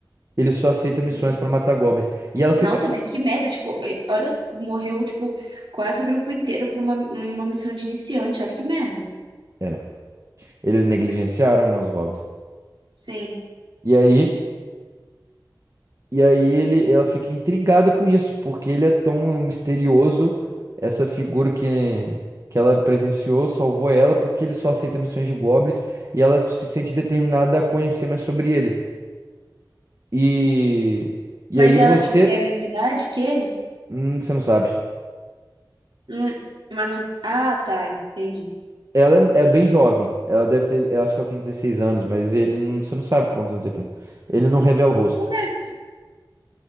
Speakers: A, on the right (about 40°); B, on the right (about 75°).
A: Ele só aceita missões
B: uhum.
A: pra matar goblins. E ela fica.
B: Nossa, velho, que merda. Tipo, eh, olha, morreu, tipo, quase o grupo inteiro por uma, em uma missão de iniciante. Olha que merda.
A: É, eles negligenciaram, né, os goblins.
B: Sim.
A: E aí, e aí ele, ela fica intrigada com isso, porque ele é tão misterioso, essa figura que, que ela presenciou, salvou ela, porque ele só aceita missões de goblins e ela se sente determinada a conhecer mais sobre ele. E, e
B: Mas
A: aí
B: ela,
A: você.
B: tipo, tem a mesma idade que ele?
A: hum, você não sabe.
B: Hum, mas não. Ah, tá, entendi.
A: Ela é, é bem jovem. Ela deve ter. Eu acho que ela tem 16 anos, mas ele não, você não sabe quantos anos ele tem. Ele não revela o rosto.
B: Por quê?